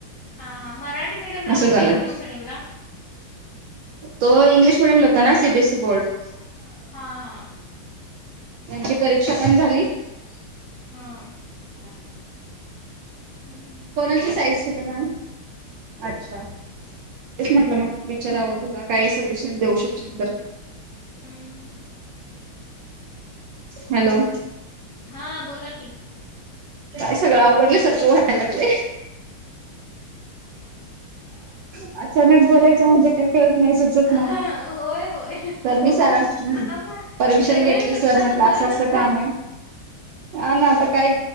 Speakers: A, on the left (about 75°); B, on the right (about 75°).
A: हां हां मराठी मीडियमला
B: असं
A: होते
B: झालं.
A: का इंग्लिश मीडियमला
B: तो इंग्लिश मीडियम ला होता ना सीबीएसई बोर्ड
A: सीबीएससी बोर्ड हा हा.
B: त्यांची
A: हम्म
B: परीक्षा
A: हम्म
B: पण
A: ह
B: झाली.
A: परीक्षा पण झाली,, हा.
B: हा.
A: हम्म,
B: कोणाची साईज होती मॅडम,, अच्छा तेच म्हटल मग विचराव तुला काय सजेशन देऊ शकशील तर.
A: हम्म.
B: हॅलो.
A: हां बोला की
B: काय सगळ आवघडल्या सारख वाटायलय. अचानक बोलायच म्हणजे काय कळत नाही, सुचत नाही.
A: हां होय होय
B: तर मी सरळ
A: आपण
B: परमिशन
A: रेग्युलर
B: घेतली
A: कसं
B: सर
A: आता
B: म्हंटल
A: बोलू
B: अस अस
A: शकतोय
B: काम आहे. हां ना आता काय